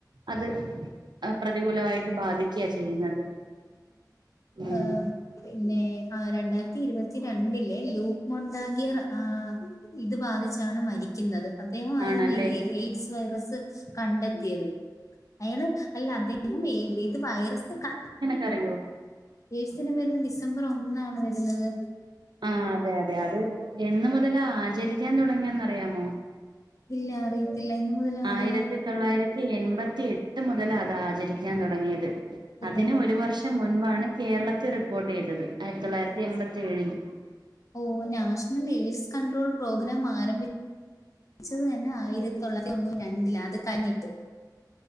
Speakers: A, on the right (about 80°); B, on the left (about 45°).
A: അത് പ്രതികൂലമായിട്ട് ബാധിക്ക ചെയ്യുന്നത് ഉം
B: ഏഹ് പിന്നെ ആഹ് രണ്ടായിരത്തി ഇരുവത്തി രണ്ടിലെ ഈ ലൂക്ക് മൊണ്ടാകിറ ആഹ് ഇത് ബാധിച്ചാണ് മരിക്കുന്നത് അദ്ദേഹ മായിരുന്നു
A: ആണല്ലേ
B: ഈ എയ്ഡ്സ് വൈറസ് കണ്ടെത്തിയത് അയാള് അല്ല അദ്ദേഹം ഏത് വൈറസ് ക
A: തറിയോ?
B: എയ്ട്സ് ദിനം വരുന്ന് ഡിസംബർ ഒന്നാണ് വരുന്നത്
A: ആഹ് അതെ അതെ അത് എന്ന് മുതല ആചരിക്കാൻ തുടങ്ങിയന്ന്റിയാമോ
B: ഇല്ല അറിയത്തില്ല എന്ന് മുതലാ അത്
A: ആയിരത്തി തൊള്ളായിരത്തി എൺപത്തി എട്ട് മുതലാ അത് ആചരിക്കാൻ തുടങ്ങിയത് അതിന്
B: ഓ
A: ഒരു വർഷ് അതിന് മുൻപാണ് കേരളത്തിൽ റിപ്പോർട്ട് ചെയ്തത് ആയിരത്തി തൊള്ളായിരത്തി എൺപത്തി ഏഴില്
B: ഓഹ് നാഷണൽ എയ്ഡ്സ് കൺണ്ട്രോൾ പ്രോഗ്രാം ആരംഭി ച്ചത് തന്നെ ആയിരത്തി തൊള്ളായിരതൊണ്ണൂറ്റി രണ്ടില അത് കയിഞ്ഞിട്ട്